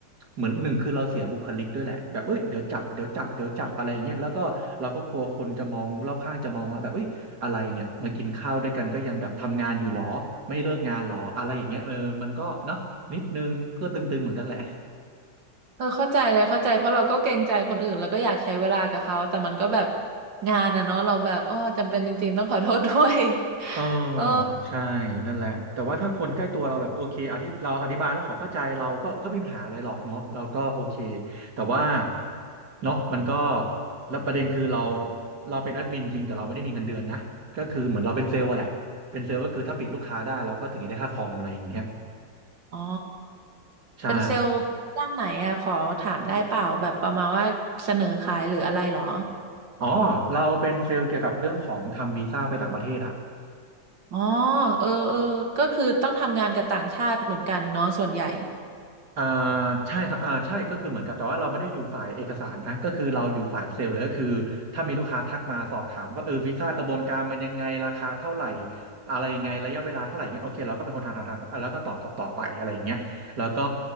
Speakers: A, on the right; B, on the right.
A: เหมือนหนึ่งคือเราเสียบุคลิกด้วยแหละแบบเอ้ยเดี๋ยวจับเดี๋ยวจับเดี๋ยวจับอะไรเงี้ยแล้วก็เราก็กลัวคนจะมองรอบข้างจะมองว่าแบบเอ้ยอะไรเนี่ยมากินข้าวด้วยกันก็ยังแบบทำงานอยู่หรอไม่เลิกงานหรออะไรอย่างเงี้ยเออมันก็เนาะนิดนึงก็ตึงๆเหมือนกันแหละ
B: เออเข้าใจเลยเข้าใจเพราะเราก็เกรงใจคนอื่นแล้วก็อยากใช้เวลากับเขาแต่มันก็แบบงานอะเนาะเราแบบอ้อจำเป็นจริงๆต้องขอโทษด้วย
A: เออ
B: <laughs> เออ
A: ใช่นั่นแหละแต่ว่าถ้าคนใกล้ตัวเราแบบโอเคอธิเราอธิบายแล้วเขอเข้าใจเราก็ก็ไม่มีปัญหาอะไรหรอกเนาะเราก็โอเคแต่ว่าเนาะมันก็แล้วประเด็นคือเราเราเป็นแอดมินจริงแต่เราไม่ได้มีเงินเดือนนะก็คือเหมือนเราเป็นเซลล์อะแหละเป็นเซลล์ก็คือถ้าปิดลูกค้าได้เราก็ถึงจะได้ค่าคอมอะไรอย่างเงี้ย
B: อ๋อ
A: ใช่
B: เป็นเซลล์ด้านไหนอะขอถามได้เปล่าแบบประมาณว่าเสนอขายหรืออะไรเหรอ
A: อ๋อเราเป็นเซลล์เกี่ยวกับเรื่องของทำวีซ่าไปต่างประเทศอะ
B: อ๋อเออเออก็คือต้องทำงานกับต่างชาติเหมือนกันเนาะส่วนใหญ่
A: อ่าใช่ครับอ่าใช่ก็คือเหมือนกับแต่ว่าเราไม่ได้อยู่ฝ่ายเอกสารนะก็คือเราอยู่ฝ่ายเซลล์เลยก็คือถ้ามีลูกค้าทักมาสอบถามว่าเออวีซ่ากระบวนการมันยังไงราคาเท่าไหร่อะไรยังไงระยะเวลาเท่าไหร่เงี้ยโอเคเราก็เป็นคนทำทำทำอ่ะแล้วก็ตอบตอบตอบไปอะไรอย่างเงี้ยแล้วก็